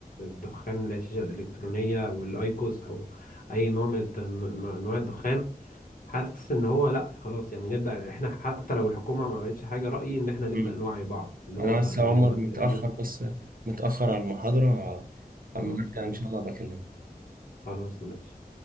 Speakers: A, on the left; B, on the right.
A: دخان اللي هي الشيشة الإلكترونية أو الأيكوس أو أي نوع من الد- أنواع الدخان حاسس إن هو لأ خلاص يعني نبدأ إحنا حتى لو الحكومة ما عملتش حاجة رأيي إن إحنا نبدأ
B: مم.
A: نوعي بعض اللي
B: انا
A: هو
B: بس
A: يعني
B: يا عمر
A: اللي ما
B: متاخر
A: ب- اللي-
B: بس متاخر على المحاضره آه،
A: خلاص
B: اما ارجع
A: ماشي
B: ان شاء الله بكلمك
A: خلاص ماشي